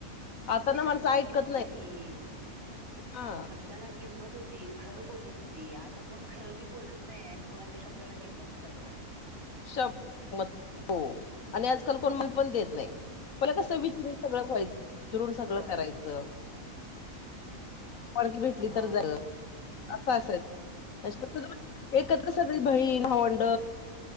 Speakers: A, on the left (about 70°); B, on the right (about 45°).
A: आता ना
B: शब्दाला
A: माणसं ऐकत
B: किंमत
A: नाही.
B: <unintelligible>
A: हा
B: किंमत होती, खरं बोलत होती. आता कोण खरं बी बोलत नाही आणि कोणाच्या शब्दाला किंमत पण नाही.
A: शब्द म, हो. आणि आजकाल कोण किंमत पण देत नाही, तेला कसं विचरून सगळं व्हायचं विचरून सगळं
B: हो
A: करायचं. कारण की भेटली
B: हो
A: तर जाव असं असायच, म्ह फक्त एकत्र अस सगळी बहीण, भावंड